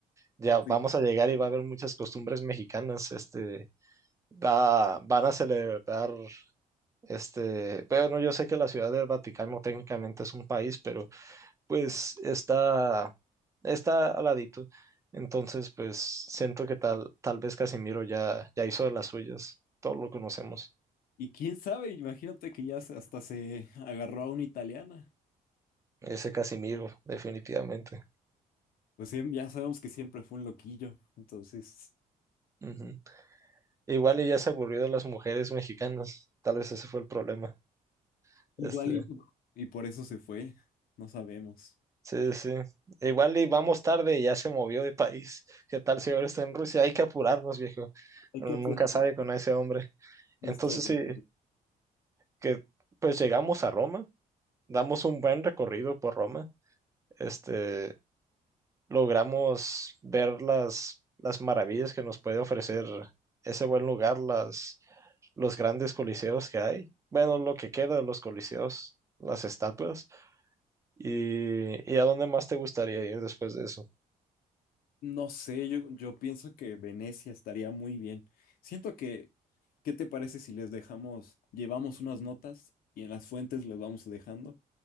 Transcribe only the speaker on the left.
sí.
Y quién sabe, imagínate que ya se- hasta se agarró a una italiana.
Pues sí, ya sabemos que siempre fue un loquillo. Entonces,
igual
y, y por eso se fue. No sabemos.
Hay
que apurar
nuestro
viaje.
No sé, yo, yo pienso que Venecia estaría muy bien. Siento que, ¿qué te parece si les dejamos, llevamos unas notas y en las fuentes les vamos dejando?